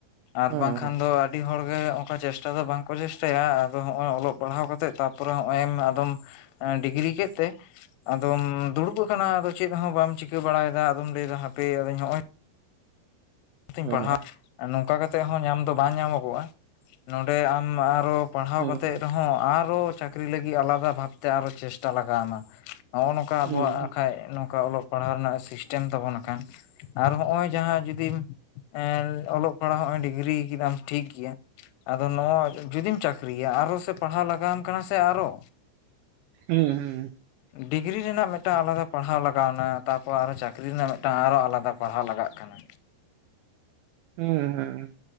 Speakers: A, on the left; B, on the right.
A: ᱟᱨ
B: ᱦᱮᱸ
A: ᱵᱟᱝ ᱠᱷᱟᱱ ᱫᱚ ᱟᱹᱰᱤ ᱦᱚᱲᱜᱮ ᱚᱱᱠᱟ ᱪᱮᱥᱴᱟ ᱫᱚ ᱵᱟᱝ ᱠᱚ ᱪᱮᱥᱴᱟᱭᱟ ᱟᱫᱚ ᱦᱚᱜ-ᱚᱭ ᱚᱞᱚᱜ ᱯᱟᱲᱦᱟᱣ ᱠᱟᱛᱮᱜ ᱛᱟᱨᱯᱚᱨᱮ ᱦᱚᱜ-ᱚᱭ ᱟᱫᱚᱢ ᱮᱸ ᱰᱤᱜᱽᱨᱤ ᱠᱮᱫ ᱛᱮ ᱟᱫᱚᱢ ᱫᱩᱲᱩᱵ ᱟᱠᱟᱱᱟ ᱟᱫᱚ ᱪᱮᱫ ᱦᱚᱸ ᱵᱟᱢ ᱪᱤᱠᱟᱹ ᱵᱟᱲᱟ ᱭᱮᱫᱟ ᱟᱫᱚᱢ ᱞᱟᱹᱭᱟ ᱦᱟᱯᱮ ᱟᱫᱚᱧ ᱦᱚᱜᱼᱚᱭ ᱛᱚᱧ
B: ᱦᱮᱸ
A: ᱯᱟᱲᱦᱟᱜ ᱱᱚᱝᱠᱟ ᱠᱟᱛᱮᱫ ᱦᱚᱸ ᱧᱟᱢ ᱫᱚ ᱵᱟᱝ ᱧᱟᱢᱚᱜᱚᱜᱼᱟ ᱱᱚᱸᱰᱮ ᱟᱢ ᱟᱨᱚ ᱯᱟᱲᱦᱟᱣ
B: ᱦᱮᱸ
A: ᱠᱟᱛᱮᱫ ᱨᱮᱦᱚᱸ ᱟᱨᱚ ᱪᱟᱹᱠᱨᱤ ᱞᱟᱹᱜᱤᱫ ᱟᱞᱟᱫᱟ ᱵᱷᱟᱵᱽᱛᱮ ᱟᱨᱚ ᱪᱮᱥᱴᱟ ᱞᱟᱜᱟᱣᱢᱟ᱾ ᱱᱚᱜᱼᱚᱭ ᱱᱚᱝᱠᱟ
B: ᱦᱮᱸ
A: ᱟᱵᱚᱣᱟᱜ ᱟᱠᱷᱟᱡ ᱱᱚᱝᱠᱟ ᱚᱞᱚᱜ ᱯᱟᱲᱦᱟᱣ ᱨᱮᱱᱟᱜ ᱥᱤᱥᱴᱮᱢ ᱛᱟᱵᱚ ᱟᱠᱷᱟᱱ ᱟᱨ ᱱᱚᱜ-ᱚᱭ ᱡᱟᱦᱟᱸ ᱡᱩᱫᱤᱢ ᱟᱨ ᱚᱞᱚᱜ ᱯᱟᱲᱦᱟᱜ ᱱᱚᱜ-ᱚᱭ ᱰᱤᱜᱽᱨᱤ ᱠᱮᱫᱟᱢ ᱴᱷᱤᱠ ᱜᱮᱭᱟ᱾ ᱟᱫᱚ ᱱᱚᱣᱟ ᱡᱩᱫᱤᱢ ᱪᱟᱹᱠᱨᱤᱭᱟ ᱟᱨᱚ ᱥᱮ ᱯᱟᱲᱦᱟᱣ ᱞᱟᱜᱟᱣᱟᱢ ᱠᱟᱱᱟ ᱥᱮ ᱟᱨᱚ
B: ᱦᱩᱸ ᱦᱩᱸ
A: ᱰᱤᱜᱽᱨᱤ ᱨᱮᱱᱟᱜ ᱢᱤᱫᱴᱟᱝ ᱟᱞᱟᱫᱟ ᱯᱟᱲᱦᱟᱣ ᱞᱟᱜᱟᱣᱱᱟ ᱛᱟᱯᱚᱨ ᱟᱨᱚ ᱪᱟᱹᱠᱨᱤ ᱨᱮᱱᱟᱜ ᱢᱤᱫᱴᱟᱝ ᱟᱨᱚ ᱟᱞᱟᱫᱟ ᱯᱟᱲᱦᱟᱣ ᱞᱟᱜᱟᱜ ᱠᱟᱱᱟ᱾
B: ᱦᱩᱸ ᱦᱩᱸ